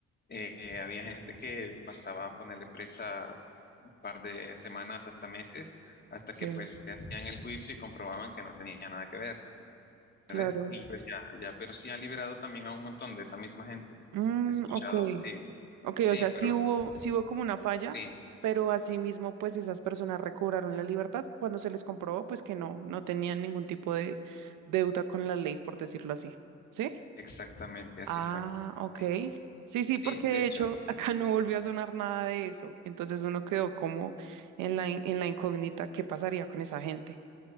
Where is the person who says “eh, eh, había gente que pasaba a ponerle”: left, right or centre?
Left